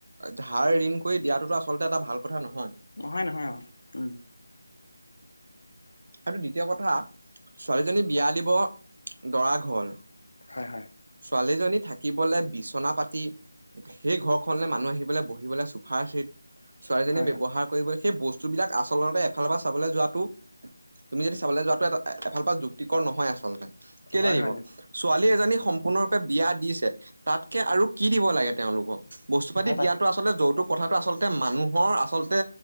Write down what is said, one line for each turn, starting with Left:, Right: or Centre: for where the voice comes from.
Right: ধাৰ ঋণ কৰি দিয়াটো আছ আছলতে এটা ভাল কথা নহয়।
Left: নহয়-নহয় উম
Right: আৰু দ্বিতীয় কথা ছোৱালীজনী বিয়া দিব দৰা ঘৰলে।
Left: হয় হয়।
Right: ছোৱালীজনী থাকিবলে বিচনা পাতি। সেই ঘৰখনলৈ মানুহ আহিবলৈ বহিবলে চোফাৰ চেট। ছোৱালীজনীয়ে
Left: হয়
Right: ব্যৱহাৰ
Left: হয়
Right: কৰিব সেই বস্তুবিলাক আচলতে এফালৰ পৰা চাবলৈ যোৱাটো তুমি যদি চাবলৈ যোৱাটো এটা এফালপ যুক্তিকৰ নহয় আচলতে কেলে
Left: হয়
Right: দিব
Left: হয় নিশ্চয়
Right: ছোৱালী এজনী সম্পূৰ্ণৰূপে বিয়া দিছে তাতকে আৰু কি দিব লাগে তেওঁলোকক। বস্তু পাতি
Left: হয় তাক
Right: দিয়াতটো আচলতে যৌতুক কথাটো আচলতে মানুহৰ আচলতে